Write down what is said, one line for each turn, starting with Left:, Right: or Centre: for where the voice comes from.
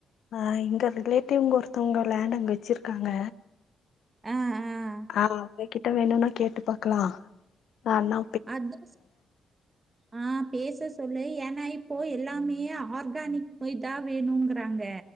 Left: ஆஹ் எங்க ரிலேட்டிவ்ங்க ஒருத்தவங்க லேண்ட் அங்க வச்சிருக்காங்க
Right: ஆஹ் ஆஹ்
Left: ஆ <unintelligible> கிட்ட வேணும்னா கேட்டு பாக்கலா ஆ அண்ணா
Right: அது <unintelligible> ஆ பேச சொல்லு ஏன்னா இப்போ எல்லாமே ஆர்கானிக் பை தா வேணுங்கிறாங்க